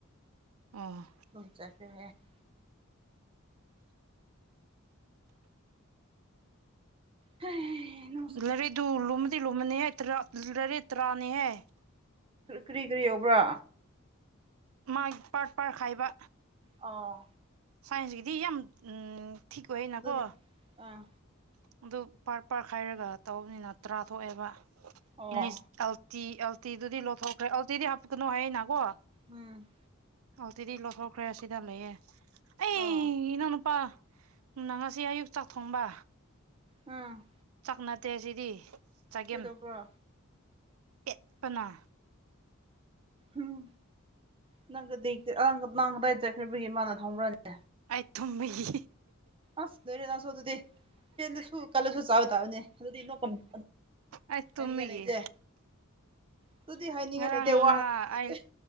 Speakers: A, on the right (about 75°); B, on the right (about 25°).
A: ꯑꯥ
B: ꯊꯝ ꯆꯁꯤꯦ <inaudible> ꯍ <inaudible>
A: ꯂꯥꯏꯔꯤꯛꯗꯨ ꯂꯨꯝꯕꯗꯤ ꯂꯨꯝꯃꯅꯤ ꯍꯩ ꯂꯥꯏꯔꯤꯛꯇꯨ ꯇꯔꯥꯅꯤꯍꯦ
B: ꯀꯔꯤ ꯀꯔꯤ ꯌꯧꯕ꯭ꯔꯥ
A: ꯃꯥꯢ ꯄꯥꯛꯄ ꯈꯥꯏꯕ
B: ꯑꯥ
A: ꯁꯥꯏꯟꯁꯀꯤꯗꯤ ꯌꯥꯝ ꯊꯤꯛ ꯑꯣꯏꯅꯀꯣ
B: ꯑꯗꯨꯅꯦ ꯑꯥ
A: ꯑꯗꯨ ꯄꯥꯔ ꯄꯥꯔ ꯈꯥꯏꯔꯒ ꯇꯧꯕꯅꯤꯅ ꯇꯧꯔꯥ ꯊꯣꯛꯑꯦꯕ
B: ꯑꯣ
A: ꯏꯪꯂꯤꯁ ꯇꯤ ꯑꯜꯇꯤꯗꯨꯗꯤ ꯂꯧꯊꯣꯛꯈ꯭ꯔꯦ ꯑꯜꯇꯤꯗꯤ ꯍꯥꯞꯀꯅꯨ ꯍꯥꯏꯑꯦꯅꯀꯣ
B: ꯎꯝ
A: ꯑꯟꯇꯤꯗꯤ ꯂꯧꯊꯣꯛꯈ꯭ꯔꯦ ꯁꯤꯗ ꯂꯩꯌꯦ ꯑꯩ
B: ꯑꯥ
A: ꯏꯅꯥꯎꯅꯨꯄꯥꯅ ꯉꯁꯤ ꯑꯌꯨꯛ ꯆꯥꯛ ꯊꯣꯡꯕ
B: ꯎꯝ
A: ꯆꯥꯛ ꯅꯠꯗꯦ ꯁꯤꯗꯤ ꯆꯒꯦꯝ
B: ꯀꯩꯗꯧꯕ꯭ꯔꯣ
A: ꯄꯦꯠꯄꯅ
B: ꯎꯝ ꯅꯪꯒꯗꯤ ꯅꯪ ꯀꯗꯥꯏ ꯆꯠꯈ꯭ꯔꯕꯒꯤ ꯃꯥꯅ ꯊꯣꯡꯕ꯭ꯔꯅꯦ
A: ꯑꯩ ꯇꯨꯝꯕꯒꯤ
B: ꯑꯁ ꯂꯣꯏꯔꯦꯗ ꯅꯪꯁꯨ ꯑꯗꯨꯗꯤ ꯄꯦꯠꯂꯁꯨ ꯀꯜꯂꯁꯨ ꯆꯥꯕ ꯇꯥꯕꯅꯦ ꯑꯗꯨꯗꯤ ꯅꯣꯛꯀꯅꯨ
A: ꯑꯩ ꯇꯨꯝꯕꯒꯤ
B: ꯍꯥꯏꯅꯤꯡꯉꯥꯏ ꯂꯩꯇꯦ ꯑꯗꯨꯨꯗꯤ ꯍꯥꯏꯅꯤꯡꯉꯥꯏ
A: ꯉꯔꯥꯡ
B: ꯂꯩꯇꯦ ꯋꯥ
A: ꯉꯥ
B: ꯍꯥꯏꯅꯤꯡꯉꯥꯏ
A: ꯑꯩ
B: ꯂꯩꯇꯦ